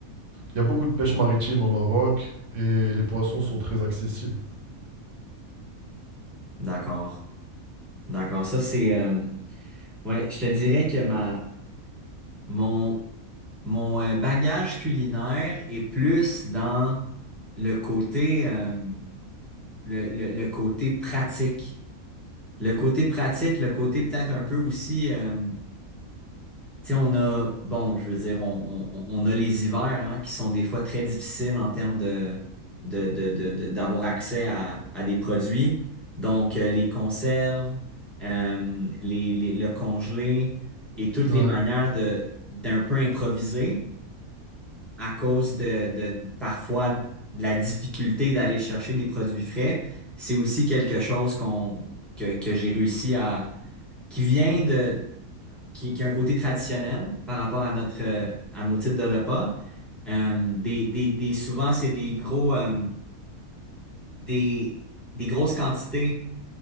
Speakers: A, on the right (about 60°); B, in the centre.
A: il y a beaucoup de pêche maritime au Maroc et les poissons sont très accessibles.
B: D'accord. D'accord. Ça, c'est... euh, Ouais, je te dirais que ma... mon, mon euh, bagage culinaire est plus dans le côté, euh, le, le, le côté pratique. Le côté pratique, le côté peut-être un peu aussi... euh, Tu sais, on a, bon, je veux dire, on, on, on a les hivers hein, qui sont des fois très difficiles en termes de, de, de, de, de- d'avoir accès à, à des produits. Donc, euh, les conserves, euh, les, les, le congelé et toutes
A: Ouais,
B: les manières de, d'un peu improviser à cause de, de parfois de la difficulté d'aller chercher des produits frais. C'est aussi quelque chose qu'on, que, que j'ai réussi à, qui vient de qui, qui a un côté traditionnel par rapport à notre euh, à nos types de repas. Euh, des, des, des souvent c'est des gros euh, des, des grosses quantités